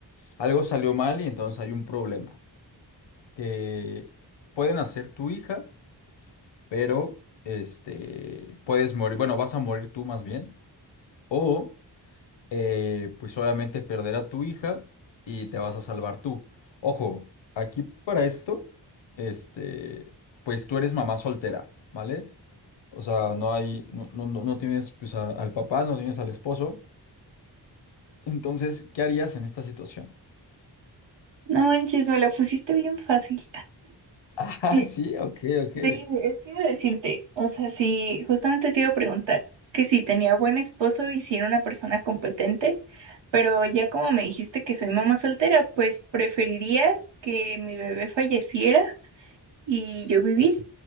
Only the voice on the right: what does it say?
No manches, me la pusiste bien fácil.
Sí,
sí, eh, te iba a decirte, o sea, sí, justamente te iba a preguntar que si tenía buen esposo y si era una persona competente, pero ya como me dijiste que soy mamá soltera, pues preferiría que mi bebé falleciera y yo vivir.